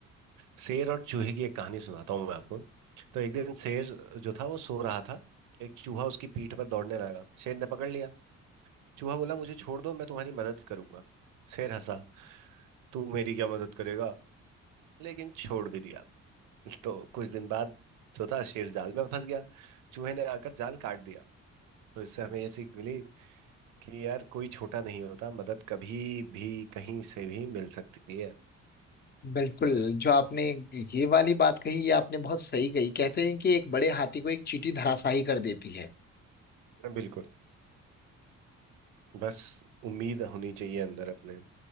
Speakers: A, on the right; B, on the left.
A: शेर और चूहे की एक कहानी सुनाता हूँ मैं आपको तो एक दिन शेर जो था वो सो रहा था एक चूहा उसकी पीठ पर दौड़ने लगा शेर ने पकड़ लिया चूहा बोला मुझे छोड़ दो मैं तुम्हारी मदद करूंगा शेर हंसा तू मेरी क्या मदद करेगा लेकिन छोड़ भी दिया <laughs> तो कुछ दिन बाद जो था शेर जाल में फंस गया चूहे ने आकर जाल काट दिया तो इससे हमें ये सीख मिली कि यार कोई छोटा नहीं होता मदद कभी भी कहीं से भी मिल सकती है
B: बिल्कुल जो आपने ये वाली बात कही ये आपने बहुत सही कही कहते हैं कि एक बड़े हाथी को एक चींटी धराशायी कर देती है
A: बिल्कुल बस उम्मीद होनी चाहिए अंदर अपने